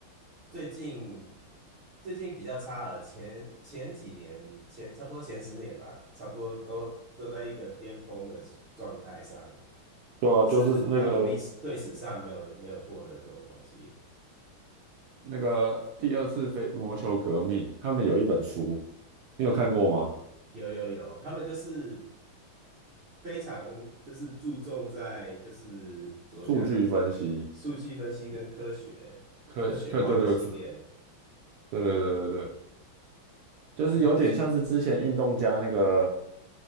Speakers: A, on the right; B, on the right.
A: 最近最近比较差了，前前几年前差不多前十年吧，差不多都都在一个巅峰的状态上，
B: 对啊，
A: 是他们历史队史上没有没有过的这种东西。
B: 就是那个那个第二次非魔球革命，他们有一本书，你有看过吗？
A: 有有有，他们就是非常就是注重在就是怎么讲，
B: 数据分析，
A: 数据分析跟科学科学化的训练，
B: 科可对对对对对对对，就是有点像是之前运动家那个
A: <laughs>